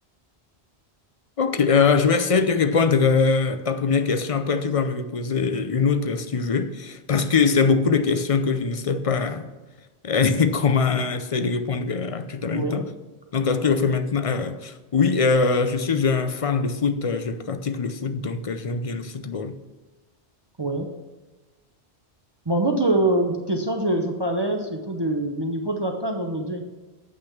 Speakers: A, on the left; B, on the right.
A: Ok, euh, je vais essayer de répondre euh, ta première question. Après, tu vas me reposer une autre si tu veux, parce que c'est beaucoup de questions que je ne sais pas euh, <laughs> comment essayer de répondre euh, à tout en même
B: Oui,
A: temps. Donc, euh, ce que
B: euh,
A: je fais maintenant, euh, oui, euh, je suis un fan de foot. euh, Je pratique le foot, donc euh, j'aime bien le football.
B: oui. Mon autre euh, question, je, je parlais surtout de, du niveau de la CAN aujourd'hui.